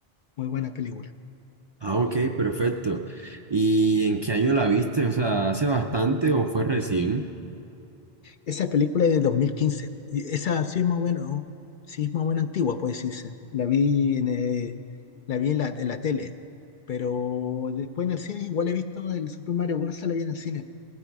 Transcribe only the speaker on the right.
Ah, ok, perfecto. ¿Y en qué año la viste? O sea, ¿hace bastante o fue recién?